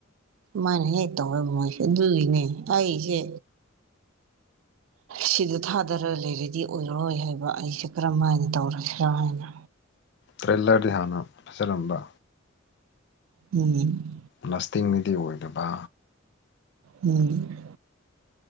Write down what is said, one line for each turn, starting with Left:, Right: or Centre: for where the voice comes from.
Right: ꯑꯗꯨꯃꯥꯏꯅ ꯍꯦꯛ ꯇꯧꯋ‌ꯦ ꯃꯣꯏꯁꯦ ꯑꯗꯨꯒꯤꯅꯦ ꯑꯩꯁꯦ ꯁꯤꯗ ꯊꯥꯗꯔ ꯂꯩꯔꯗꯤ ꯑꯣꯏꯔꯔꯣꯏ ꯍꯥꯏꯕ ꯑꯩꯁꯦ ꯀꯔꯝꯃꯥꯏꯅ ꯇꯧꯔꯁꯤꯔ ꯍꯥꯏꯅ
Left: ꯇ꯭ꯔꯦꯂꯔꯗꯤ ꯍꯥꯟꯅ ꯐꯖꯔꯝꯕ
Right: ꯎꯝ
Left: ꯂꯥꯁꯇꯤꯡꯗꯤ ꯑꯣꯏꯗꯕ
Right: ꯎꯝ